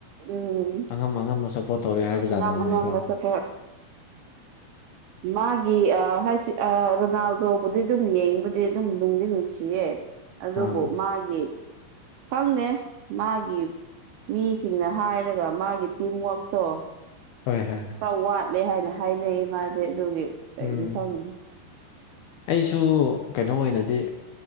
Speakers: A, on the right; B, on the left.
A: ꯎꯝ
B: ꯑꯉꯝ ꯑꯉꯝꯕ ꯁꯞꯄꯣꯔꯠ ꯇꯧꯔꯦ ꯍꯥꯏꯕ
A: ꯑꯉꯝ
B: ꯖꯥꯗꯅꯤꯅꯦꯀꯣ
A: ꯑꯉꯝꯕ ꯁꯞꯄꯣꯔꯠ <unintelligible> ꯃꯥꯒꯤ ꯑꯥ ꯍꯥꯏꯁꯤ ꯑꯥ ꯔꯣꯅꯥꯜꯗꯣꯕꯨꯗꯤ ꯑꯗꯨꯝ ꯌꯦꯡꯕꯗꯤ ꯑꯗꯨꯝ ꯅꯨꯡꯗꯤ ꯅꯨꯡꯁꯤꯌꯦ ꯑꯗꯨꯕꯨ
B: ꯑꯥ
A: ꯃꯥꯒꯤ ꯈꯪꯗꯦ ꯃꯥꯒꯤ ꯃꯤꯁꯤꯡꯅ ꯍꯥꯏꯔꯒ ꯃꯥꯒꯤ ꯇꯤꯝꯋꯥꯛꯇꯣ
B: ꯍꯣꯏꯍꯦ
A: ꯈꯔ ꯋꯥꯠꯂꯦ ꯍꯥꯏꯅ ꯍꯥꯏꯅꯩ ꯃꯥꯗꯤ ꯑꯗꯨꯒꯤ ꯀꯩꯅꯣ
B: ꯎꯝ
A: ꯈꯪꯗꯦ
B: ꯑꯩꯁꯨ ꯀꯩꯅꯣ ꯑꯣꯏꯅꯗꯤ